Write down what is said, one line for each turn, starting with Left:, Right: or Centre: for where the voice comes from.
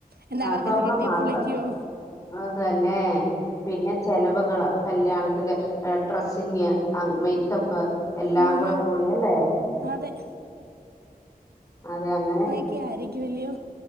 Right: എന്താ
Left: ആ
Right: അവർക്കത്
Left: സ്വർണം
Right: കിട്ടിയ
Left: മാത്രം
Right: പുളിക്കോ
Left: അതന്നെ പിന്നെ ചെലവ്കള് കല്യാണത്തിന്റെ ഡ്രെസ്സിങ് മേക്കപ്പ് എല്ലാം
Right: ഉം
Left: കൂടെ
Right: ഉം
Left: കൂടി അല്ലേ
Right: അതെ
Left: അതെ അങ്ങനെ
Right: ഒക്കെ ആയിരിക്കുവല്ലോ